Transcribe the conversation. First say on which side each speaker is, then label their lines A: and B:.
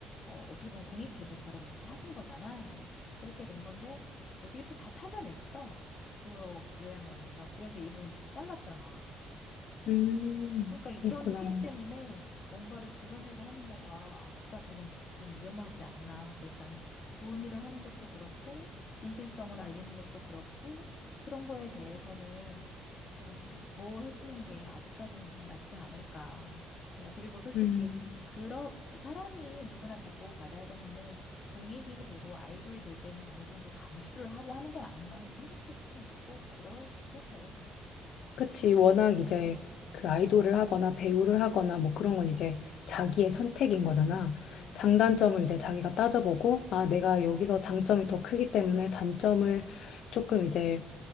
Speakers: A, on the left; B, on the left.
A: 어, 어떻게 보면 공익 제보처럼 이렇게 하신 거잖아. 그렇게 된 건데, 어떻게 또 다 찾아냈어? 그 요양원에서. 그래서 이분 잘랐잖아.
B: 음,
A: 그러니까 이런
B: 그렇구나.
A: 피해 때문에 뭔가를 드러내고 하는 거가 아직까지는 조금 위험하지 않나. 그래서 나는 좋은 일을 하는 것도 그렇고, 진실성을 알리는 것도 그렇고, 그런 거에 대해서는 좀 보호해주는 게 아직까지는 좀 낫지 않을까. 뭐, 그리고 솔직히,
B: 음.
A: 그런, 사람이 누구나 다 보호받아야 되는데, 공익이 되고 아이돌이 될 때는 어느 정도 감수를 하고 하는 건 아닌가 하는 생각도 좀 있고, 그렇기도 해.
B: 그치. 워낙 이제 그 아이돌을 하거나 배우를 하거나 뭐 그런 건 이제 자기의 선택인 거잖아.
A: 그치.
B: 장단점을 이제 자기가 따져보고, 아, 내가
A: 음.
B: 여기서 장점이 더 크기 때문에 단점을 조금 이제